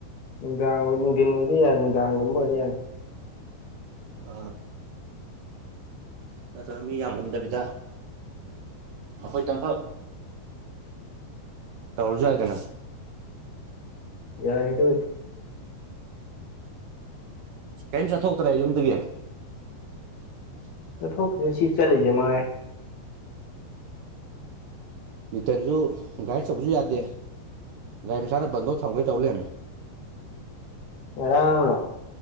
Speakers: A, on the left; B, on the right.
A: ꯅꯨꯡꯗꯥꯡ ꯑꯣꯏ ꯅꯨꯡꯊꯤꯟ ꯑꯣꯏꯔ ꯌꯥꯔꯦ ꯅꯨꯡꯗꯥꯡꯒꯨꯝꯕ ꯑꯣꯏꯔ ꯌꯥꯔꯦ
B: ꯑꯥ ꯅꯠꯇ ꯃꯤ ꯌꯥꯝꯍꯟꯗꯕꯤꯗ ꯑꯩꯈꯣꯏ ꯇꯪꯈ ꯇꯧꯔꯁꯨꯏꯗꯅ
A: ꯌꯥ ꯍꯦ ꯇ
B: ꯀꯩꯝ ꯆꯠꯊꯣꯛꯇ꯭ꯔꯦ ꯌꯨꯝꯗꯒꯤ <inaudible>
A: ꯊꯁꯤ ꯁꯤ ꯆꯂꯤꯁꯦ ꯃꯥꯥꯏ
B: ꯅꯤꯇꯟꯁꯨ ꯒꯥꯔꯤꯗ ꯆꯧꯕꯁꯨ ꯌꯥꯗꯦ ꯒꯥꯔꯤ ꯃꯁꯥꯅ ꯕꯟꯗꯣ ꯊꯝꯈꯩ ꯇꯧ ꯂꯩꯔꯝꯃꯤ
A: ꯉꯔꯥꯡꯂꯣ